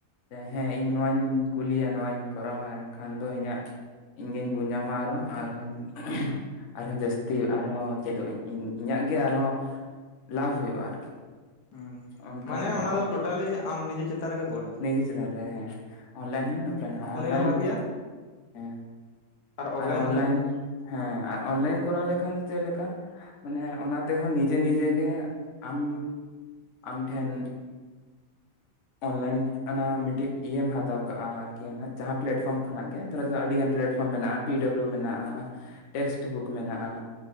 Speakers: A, on the left; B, on the left.
A: ᱦᱮᱸ ᱤᱧ ᱱᱚᱣᱟᱧ ᱠᱩᱞᱤᱭᱟ ᱱᱚᱣᱟᱧ ᱠᱚᱨᱟᱣᱟ ᱮᱱᱠᱷᱟᱱ ᱫᱚ ᱤᱧᱟᱹᱜ ᱤᱧᱜᱤᱧ ᱵᱩᱡᱟᱢᱟ ᱟᱨᱚ ᱟᱨᱦᱚᱧ ᱟᱨᱦᱚᱸ ᱡᱟᱹᱥᱛᱤ ᱟᱨᱦᱚᱸ ᱪᱮᱫᱚᱜ ᱟᱹᱧ ᱤᱧᱟᱹᱜ ᱜᱮ ᱟᱨᱦᱚᱸ ᱞᱟᱵᱷ ᱦᱩᱭᱩᱜᱼᱟ ᱟᱨᱠᱤ᱾
B: ᱦᱩᱸ
A: ᱚᱱᱠᱟᱜᱮ
B: ᱢᱟᱱᱮ ᱚᱱᱟ ᱫᱚ ᱴᱳᱴᱟᱞᱤ ᱟᱢ ᱱᱤᱡᱮ ᱪᱮᱛᱟᱱ ᱨᱮᱜᱮ ᱜᱚ
A: ᱱᱤᱡᱮ ᱪᱮᱛᱟᱱ ᱨᱮ ᱦᱮᱸ ᱚᱱᱞᱟᱭᱤᱱ ᱦᱩᱭ ᱚᱯᱷᱞᱟᱭᱤᱱ ᱦᱮᱸ ᱚᱱᱞᱟᱭᱤᱱ
B: ᱦᱚᱸ ᱵᱷᱟᱜᱮᱭᱟ
A: ᱦᱮᱸ᱾
B: ᱚᱯᱷᱞᱟᱭᱤᱱ
A: ᱟᱨ ᱚᱱᱞᱟᱭᱤᱱ
B: ᱦᱚᱸ ᱵᱷᱟᱜᱮᱭᱟ
A: ᱦᱮᱸ ᱟᱨ ᱚᱱᱞᱟᱭᱤᱱ ᱠᱚᱨᱟᱣ ᱞᱮᱠᱷᱟᱱ ᱫᱚ ᱪᱮᱫ ᱞᱮᱠᱟ ᱢᱟᱱᱮ ᱚᱱᱟ ᱛᱮᱦᱚᱸ ᱱᱤᱡᱮ ᱱᱤᱡᱮ ᱜᱮ ᱟᱢ ᱟᱢ ᱴᱷᱮᱱ ᱚᱱᱞᱟᱭᱤᱱ ᱚᱱᱟ ᱢᱤᱫᱴᱤᱡ ᱤᱭᱟᱹᱢ ᱦᱟᱛᱟᱣ ᱠᱟᱜᱼᱟ ᱟᱨᱠᱤ ᱚᱱᱟ ᱡᱟᱦᱟᱸ ᱯᱮᱞᱟᱴᱯᱷᱚᱨᱚᱢ ᱠᱷᱚᱱᱟᱜ ᱜᱮ ᱛᱷᱚᱲᱟ ᱡᱚᱦᱚᱫ ᱟᱹᱰᱤ ᱜᱟᱱ ᱯᱞᱟᱴᱯᱷᱚᱨᱚᱢ ᱢᱮᱱᱟᱜᱼᱟ, ᱯᱤ ᱰᱟᱵᱞᱩ ᱢᱮᱱᱟᱜᱼᱟ, ᱴᱮᱥᱴ ᱵᱩᱠ ᱢᱮᱱᱟᱜᱼᱟ,